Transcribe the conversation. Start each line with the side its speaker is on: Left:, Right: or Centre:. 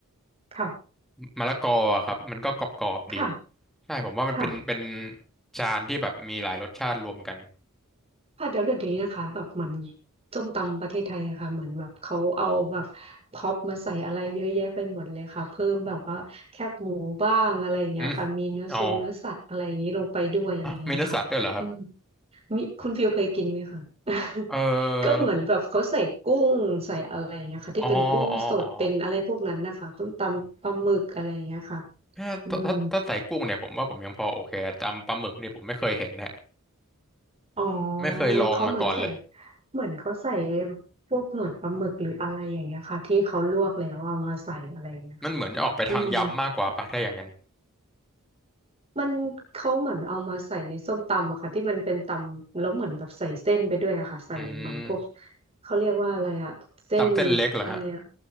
Right: ค่ะ
Centre: มะละกออะครับมันก็กรอบๆดี
Right: ค่ะ
Centre: ใช่ผมว่ามันเป็นเป็น
Right: ค่ะ
Centre: จานที่แบบมีหลายรสชาติรวมกัน
Right: ค่ะเดี๋ยวเดี๋ยวนี้นะคะแบบเหมือนส้มตำประเทศไทยอะค่ะเหมือนแบบเขาเอาแบบพร็อปมาใส่อะไรเยอะแยะไปหมดเลยค่ะเพิ่มแบบว่าแคบหมูบ้างอะไรอย่างเงี้ยค่ะมีเนื้อทรงเนื้อสัตว์อะไรอย่างงี้ลงไปด้วยอะไรอย่างเงี้ยค่ะอืม
Centre: อืมอ๋ออ่ะมีเนื้อสัตว์ด้วยเหรอครับ
Right: มิคุณฟิลเคยกินไหมคะ <laughs>
Centre: เอ
Right: ก็เหมือนแบบเขาใส่กุ้งใส่อะไรอย่างเงี้ยค่ะที่เป็นกุ้งสดเป็นอะไรพวกนั้นนะคะต้มตำปลาหมึกอะไรอย่างเงี้ยค่ะ
Centre: ออ๋ออ๋ออ๋อถ้าถ้าถ้าใส่กุ้งเนี่ยผมว่าผมยังพอโอเคจำปลาหมึกเนี่ยผมไม่เคยเห็นแหละ
Right: อืมอ๋อ
Centre: ไม่เคยลองมาก่อนเลย
Right: เขาเหมือนใส่เหมือนเขาใส่ไอ้พวกหนวดปลาหมึกหรืออะไรอย่างเงี้ยค่ะที่เขาลวกแล้วเอามาใส่อะไรอย่างเงี้ยค่ะ
Centre: มันเหมือนจะออกไปทางยำมากกว่าปะถ้าอย่างนั้น
Right: อืม มันเขาเหมือนเอามาใส่ในส้มตำอะค่ะที่มันเป็นตำแล้วเหมือนแบบใส่เส้นไปด้วยอะค่ะใส่เหมือนพวก
Centre: อืม
Right: เขาเรียกว่าอะไรอะเส้น
Centre: จำเส้นเล็กเหรอฮะ
Right: อะไรอะ